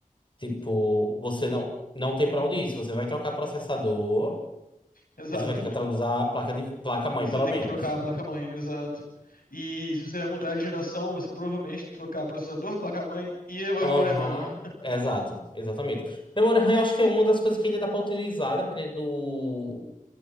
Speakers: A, on the left; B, on the left.
A: Tipo, você não, não tem pra onde ir. Se você vai trocar processador,
B: exato.
A: você vai ter que
B: Tu-
A: atualizar a placa de placa-mãe,
B: você
A: pelo
B: tem
A: menos.
B: que trocar a placa-mãe, exato. E se você vai mudar de geração, você provavelmente tem que trocar processador, placa-mãe e a memória
A: Aham,
B: RAM. <laughs>
A: Exato, exatamente. Memória RAM, eu acho que é uma das coisas que ainda dá pra utilizar, dependendo do,